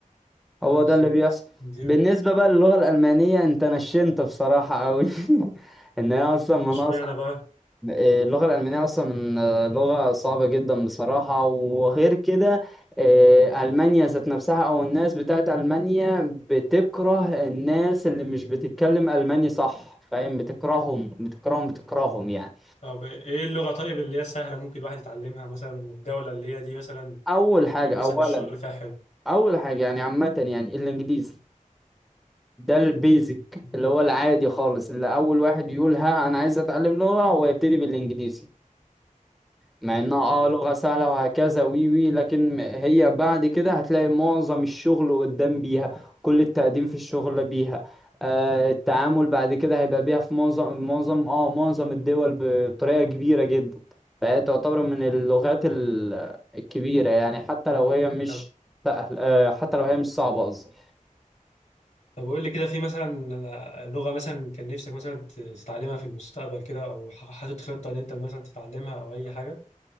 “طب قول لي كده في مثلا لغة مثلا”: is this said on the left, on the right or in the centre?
Left